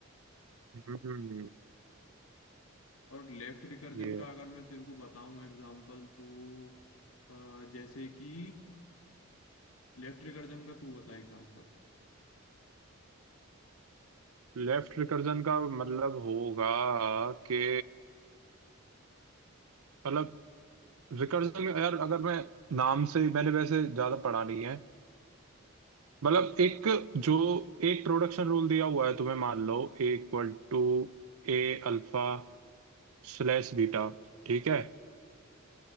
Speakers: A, on the right; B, on the left.
A: हम्म,
B: और लेफ्ट रिकर्जन
A: ये
B: का अगर मैं तेरे को बताऊं एग्जांपल तो अ, जैसे कि लेफ्ट रिकर्जन का तू बता एग्जांपल
A: लेफ्ट रिकर्जन का मतलब होगा कि मतलब रिकर्जन यार अगर मैं नाम से मैंने वैसे ज्यादा पढ़ा नहीं है मतलब एक जो एक प्रोडक्शन रूल दिया हुआ है तुम्हें मान लो A equal to A alpha slash beta ठीक है